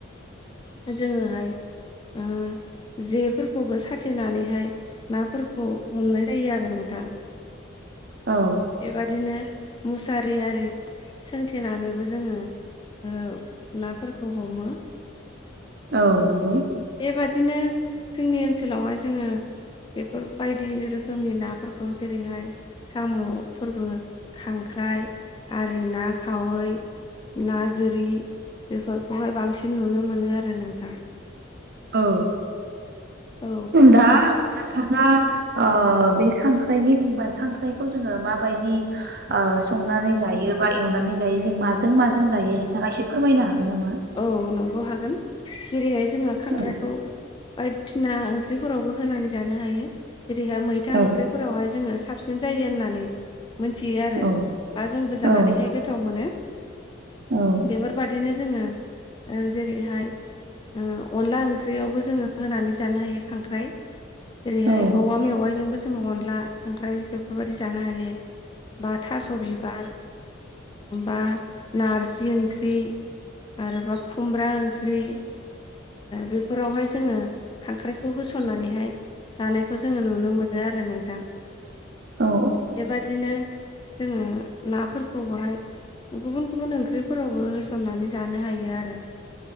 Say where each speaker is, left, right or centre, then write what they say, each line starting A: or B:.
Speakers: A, on the left; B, on the right.
A: जोङोहाय ओ जेफोरखौबो साथेनानैहाय नाफोरखौ हमनाय जायो आरो नोंथां। <inaudible>
B: औ।
A: बेबादिनो मुसारि आरि सोंथेनानैबो जोङो ओ नाफोरखौ हमो।
B: औ नंगौ।
A: बेबादिनो जोंनि ओनसोलावहाय जोङो बेफोर बायदि रोखोमनि नाफोरखौ जेरैहाय साम' फोरबो खांख्राइ आरि ना खावै ना गोरि बेफोरखौहाय बांसिन नुनो मोनो आरो नोंथां।
B: औ
A: औ
B: दा नोंथाङा ओ बे खांख्राइनि बुंबाय खांख्राइखौ जोङो माबायदि ओ संनानै जायो बा एवनानै जायो जों माजों माजों जायो नोंथाङा एसे फोरमायनो हागोन नामा?
A: औ नंगौ हागोन। जेरैहाय जोङो खांख्राइखौ
B: औ
A: बायदिसिना ओंख्रिफोरावबो होनानै जानो हायो जेरैहाय मैथा
B: औ
A: ओंख्रि फोरावहाय जोङो साबसिन जायो होननानै मोनथियो आरो
B: औ
A: बा जोंबो जानानै
B: औ
A: हाय गोथाव मोनो।
B: औ
A: बेफोरबायदिनो जोङो ओ जेरैहाय ओ अनला ओंख्रियावबो जोङो होनानै जानो हायो खांख्राइ जेरैहाय
B: औ
A: औवा मेवाइजोंबो जोङो अनला खांख्राइ बेफोरबायदि जानो हायो। बा थास' बिबार बा नारजि ओंख्रि आरोबा खुमब्रा ओंख्रि। बेफोरावहाय जोङो खांख्राइखौ होसननानैहाय जानायखौ जोङो नुनो मोनो। बि आरो नोंथां।
B: औ
A: बेबादिनो जोङो नाफोरखौ बहाय गुबुन गुबुन ओंख्रिफोरावबो होसननानै जानो हायो आरो।